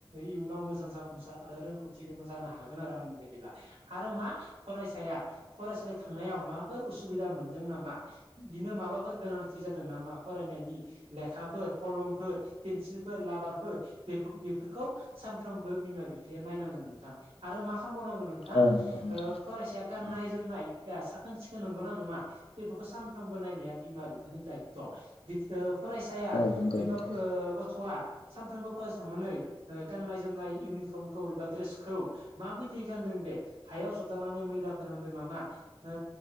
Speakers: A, on the right; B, on the left.
A: इयुनाव मोजां जाफुंसार आरो रोंगौथि गोनां जानो हागोन आरो आंनि बायदिब्ला। आरो मा फरायसाया फरायसालि थांनायाव माबाफोर उसुबिदा मोनदों नामा बिदिनो माबाफोर गोनांथि जादों नामा फरायनायनि लेखाफोर, कलमफोर, पेन्सिलफोर, लाबारफोर बे बेफोरखौ सानफ्रोमबो बिमा बिफाया नायनांगोन नोंथां आरो मा खामबावनांगोन नों थां
B: औ नंगौ नोंथां
A: ओ फरायसाया गाननाय
B: औ
A: जोमनाय या साखोन सिखोन नंगौना नङा बेफोरखौ सानफ्रोमबो नायनाया बिमा बिफानि दायथ'। फरायसाया
B: औ नंगौ नोंथां
A: <unintelligible> गथ'आ सानफ्रोमबो फरायसा थांनानै ओ गाननाय जोमनाय इउनिफर्मखौ एबा ड्रेसखौ माबायदि गानदों बे हायाव सबजानानै मैला फोनांदों नामा ओ